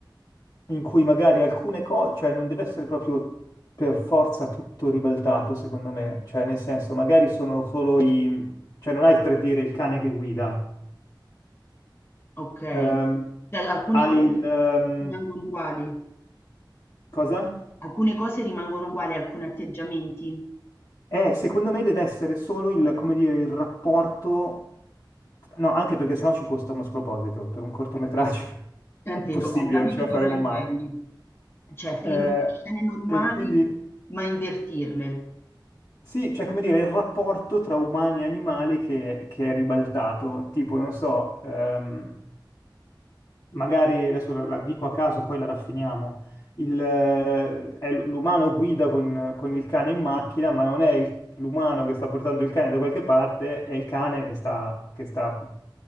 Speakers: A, on the left; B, on the left.
A: in cui magari alcune cose, cioè non deve essere proprio per forza tutto ribaltato, secondo me, cioè nel senso magari sono solo i, cioè non hai per dire il cane che guida.
B: Okay.
A: Ehm,
B: Cioè alcune
A: hai
B: cose
A: il... ehm,
B: rimangono uguali?
A: cosa?
B: Alcune cose rimangono uguali, alcuni atteggiamenti?
A: Eh, secondo me deve essere solo il, come dire, il rapporto... No, anche perché sennò ci costa uno sproposito per un cortometraggio.
B: Eh sì. È
A: <laughs> È impossibile,
B: vero, ho capito
A: non ce la
B: cosa
A: faremo
B: intendi.
A: mai.
B: Cioè filmare
A: Eh,
B: scene normali,
A: e quindi
B: ma invertirle.
A: sì, cioè come dire, il rapporto tra umani e animali che, che è ribaltato, tipo, non so, ehm, magari adesso la, la dico a caso, poi la raffiniamo. Il, eh, è l- l'umano guida con, con il cane in macchina, ma non è il- l'umano che sta portando il cane da qualche parte, è il cane che sta, che sta,